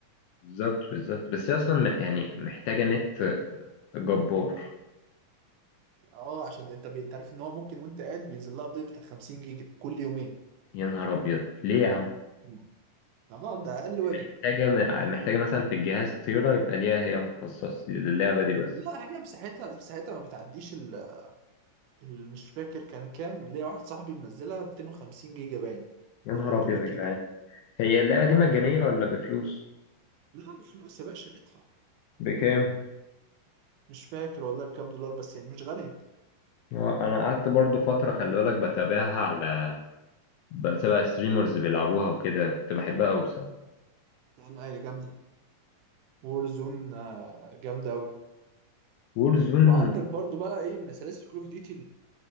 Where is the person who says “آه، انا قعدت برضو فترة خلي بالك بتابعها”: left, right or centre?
Left